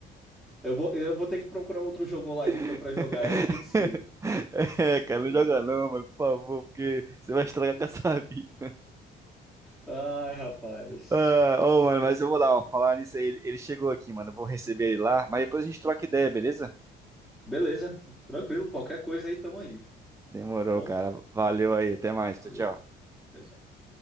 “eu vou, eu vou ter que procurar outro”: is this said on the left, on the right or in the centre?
Centre